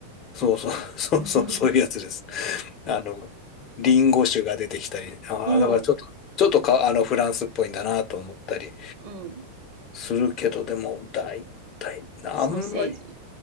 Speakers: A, on the left; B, on the right.
A: そうそう、<laughs> そうそう、
B: <laughs>
A: そういうやつです。あの、リンゴ酒が出てきたり、ああ、
B: おう、
A: だからちょっと、ちょっとか、あの、フランスっぽいんだなと思ったり
B: うん。
A: するけど、でも、大体、あんまり、
B: ソーセージ。